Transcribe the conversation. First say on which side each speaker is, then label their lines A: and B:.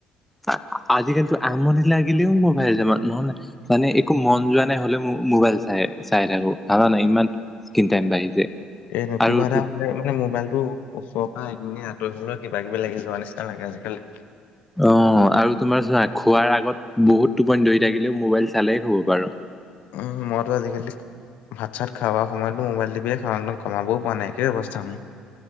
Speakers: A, in the centre; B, on the left.
A: আ আ আজিকালিটো আমনি লাগিলেও মো পাৰি যাব। নহ'লে মানে একো মন যোৱা নাই হ'লেও মো ম'বাইল চাই চাই থাকো। সেইকাৰণে ইমান স্কিন টাইম বাঢ়িছে।
B: এনেও কিবা
A: আৰু
B: এটা
A: তো-
B: এ মানে মোবাইলটো ওচৰৰ পৰা একমিনিট আঁতৰি গ'লেও কিবা-কিবি লাগি যোৱা নিচিনা লাগে আজিকালি।
A: অঁ আৰু তোমাৰ চোৱা, খোৱাৰ আগত বহুত টোপনি ধৰি থাকিলেও মোবাইল চালেহে শুব পাৰোঁ।
B: উম, মইটো আজি-কালি ভাত-চাত খাৱাৰ সময়টো মোবাইল টিপিয়ে খাওঁ ন '। কমাবও পৰা নাই একেই অৱস্থামোৰ।